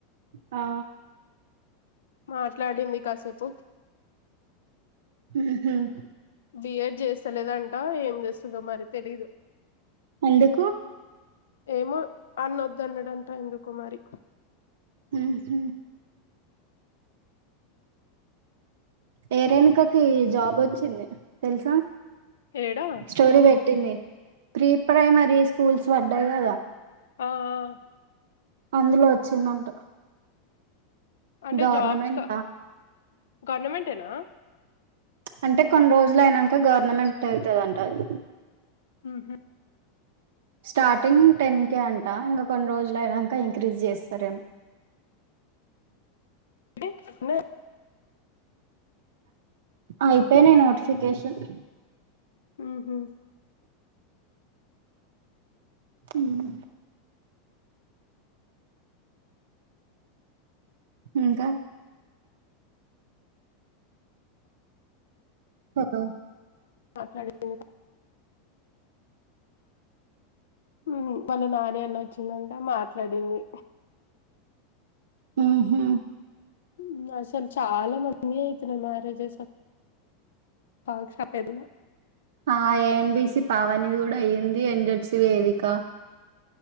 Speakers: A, on the right; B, on the left.
A: ఆ
B: మాట్లాడింది కాసేపు
A: ఉహుహ్
B: బిఎడ్ జేస్తలేదంటా ఏం జేస్తుందో మరి తెలీదు
A: ఎందుకు
B: ఏమో అన్న ఒద్దన్నడంటా ఎందుకో మరి
A: ఉహుహ్ ఏ రేణుకకి జాబొచ్చింది తెల్సా
B: ఏడా
A: స్టోరీ వెట్టింది ప్రీ ప్రైమరీ స్కూల్స్ వడ్డయి గదా.
B: ఆ ఆ
A: అందులో వచ్చిందంట
B: అంటే
A: గవర్నమెంటా
B: జాబ్స్ కా గవర్నమెంటేనా
A: అంటే కొన్ని రోజులైనంకా గవర్నమెంట్ అయితదంట అది.
B: ఉహుహ్
A: స్టార్టింగ్ టెన్ కేే అంటా ఇంకా కొన్ని రోజులైనంక ఇంక్రీజ్ జేస్తారేమో
B: డే మూ
A: అయితే నీ నోటిఫికేషన్
B: ఉహుహ్
A: ఉహుహ్ ఇంకా హలో
B: మాట్లాడుందా ఉమ్ వాళ్ళ నాని అన్న ఒచ్చిండంట మాట్లాడింది
A: ఉహుహ్
B: ఉమ్ అసల్ చాలా మందియ్ ఐతున్నయ్ మ్యారేజెస్ పాక్ షాప్ ఏడుంది
A: ఆ ఏఎన్బిసి పావనిది గూడా అయ్యింది ఎన్జెడ్సి వేదిక